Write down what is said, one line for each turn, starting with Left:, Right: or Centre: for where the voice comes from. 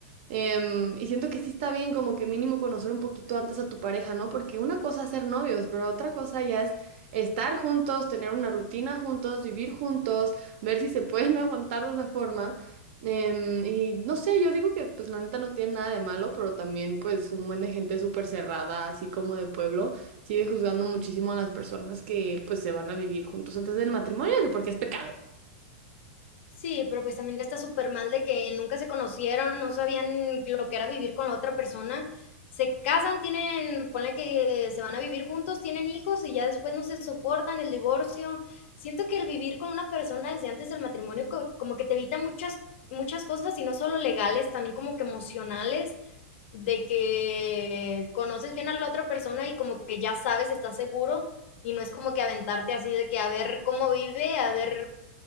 Right: Em, y siento que sí está bien como que mínimo conocer un poquito antes a tu pareja, ¿no? Porque una cosa es ser novios, pero otra cosa ya estar juntos, tener una rutina juntos, vivir juntos, ver si se pueden <laughs> aguantar de esa forma. Em, y no sé, yo digo que pues la neta no tiene nada de malo, pero también pues un buen de gente súper cerrada, así como de pueblo, sigue juzgando muchísimo a las personas que pues se van a vivir juntos antes del matrimonio, porque es pecado.
Left: Sí, pero pues también está súper mal de que nunca se conocieron, no sabían lo que era vivir con la otra persona. Se casan, tienen, ponle que se van a vivir juntos, tienen hijos y ya después no se soportan, el divorcio. Siento que el vivir con una persona desde antes del matrimonio co- como que te evita muchas, muchas cosas y no solo legales, también como que emocionales, de que conoces bien a la otra persona y como que ya sabes, estás seguro y no es como que aventarte así de que a ver cómo vive, a ver